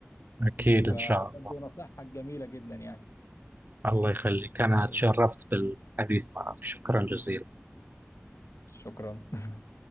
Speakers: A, on the right; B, on the left.
A: اكيد ان
B: فبدي
A: شاء الله
B: نصيحتك جميلة جدا يعني
A: الله يخليك انا
B: ماشي
A: تشرفت بالحديث معك شكرا جزيلا
B: شكرا <laughs>